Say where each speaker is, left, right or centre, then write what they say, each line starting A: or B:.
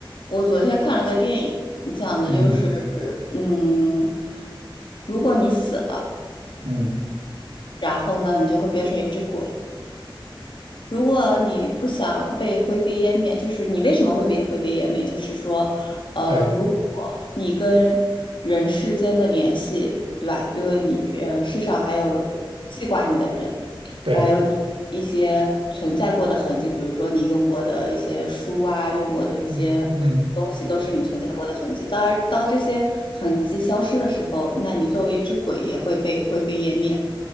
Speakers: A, on the left (about 65°); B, on the right (about 80°).
A: 我昨天看了个电影，讲的就是，
B: 嗯
A: 嗯，如果你死了，
B: 嗯，
A: 然后呢，你就会变成一只鬼。如果你不想被灰飞烟灭，就是你为什么会被灰飞烟灭？就是说，呃，
B: 对
A: 如果你跟人世间的联系，对吧？因为你，呃，世上还有记挂你的人，
B: 对，
A: 还有你一些存在过的痕迹，比如说你用过的一些书啊，用过的一些东西，
B: 嗯嗯，
A: 都是你存在过的痕迹。当然，当这些痕迹消失的时候，那你作为一只鬼也会被灰飞烟灭。